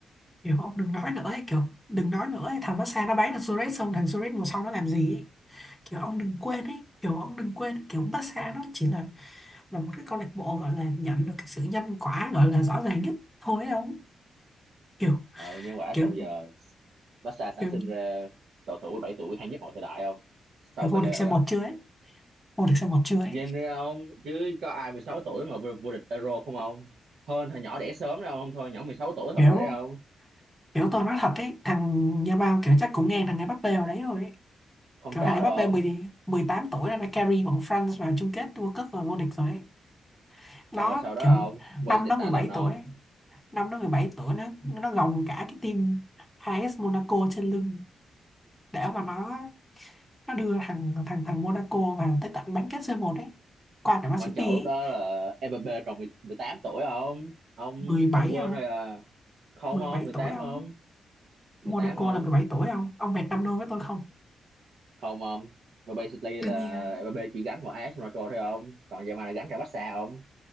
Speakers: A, in the centre; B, on the right (about 75°).
A: kiểu ông đừng nói nữa ấy kiểu đừng nói nữa ấy. thằng Barca nó bán thằng Suarez xong thằng Suarez mùa sau nó làm gì ấy kiểu ông đừng quên ấy kiểu ông đừng quên ấy. kiểu Barca nó chỉ là là một cái câu lạc bộ gọi là nhận được cái sự nhân quả gọi là rõ ràng nhất thôi ấy không kiểu
B: ờ nhân quả
A: kiểu
B: xong giờ Barca sản
A: kiểu,
B: sinh ra cầu thủ 17 tuổi hay nhất mọi thời đại không sau
A: kiểu vô
B: Pele
A: địch c
B: thôi
A: một
B: không
A: chưa ấy vô địch c một chưa ấy
B: nhìn đi ông chứ có ai 16 tuổi mà vô vô địch Euro không ông hơn thằng nhỏ đẻ sớm đâu ông thôi nhỏ 16 tuổi
A: kiểu
B: thật rồi đấy không
A: kiểu tôi nói thật ấy thằng Nha Bao kiểu chắc cũng ngang thằng Mbappé vào đấy rồi ấy
B: không
A: kiểu
B: trói
A: thằng
B: đâu
A: Mbappé
B: ông
A: 10 18 tuổi đã đã carry bọn France vào chung kết World Cup và vô địch rồi ấy nó
B: xong rồi sau đó
A: kiểu
B: ông wasted
A: năm nó mười
B: talent
A: bảy
B: ông
A: tuổi ấy. năm nó 17 tuổi nó nó gồng cả cái team AS Monaco trên lưng để mà nó nó đưa thằng thằng thằng Monaco vào tới tận bán kết c một đấy qua cả Man
B: quan
A: City
B: trọng lúc
A: ấy
B: đó là Mbappé tròn mười 18 tuổi không ông
A: 17
B: ông ông quên
A: không
B: rồi à không
A: 17
B: ông mười
A: tuổi
B: tám
A: không
B: không 18
A: Monaco
B: không
A: là 17 tuổi không ông bẹt năm đô với tôi không
B: không không mà basically
A: đương
B: là
A: nhiên không?
B: Mbappé chỉ gánh một AS Monaco thôi không còn giờ mà gánh cả Barca không